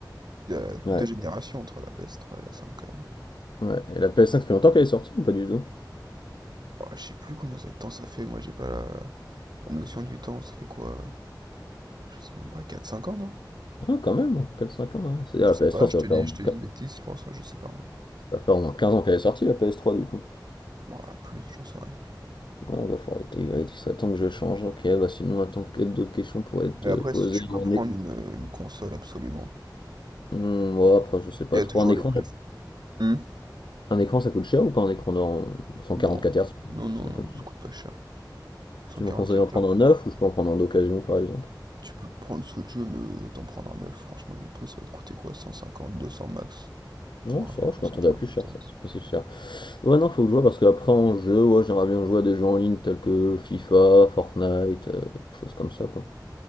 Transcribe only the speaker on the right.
il y a
deux générations entre la PS3 et la 5 quand même.
Oh, je sais plus combien de temps ça fait, moi j'ai pas la, la notion du temps, ça fait quoi? euh, Je sais même pas, quatre cinq ans, non?
Je
sais
pas,
je te
dis,
je
te dis
une bêtise, je pense, je sais pas ouais vrai.
Moi, plus, j'en sais rien.
Mais
après,
si tu
veux prendre une, euh, une console absolument,
il y a
toujours
les préf. Hmm
Non,
non,
non,
non,
ça
coûte pas cher. 144
Tu peux prendre ce que tu veux, mais autant prendre un neuf Franchement, vu le prix, ça va te coûter quoi? 150, 200 max pour
un écran
144
Hz.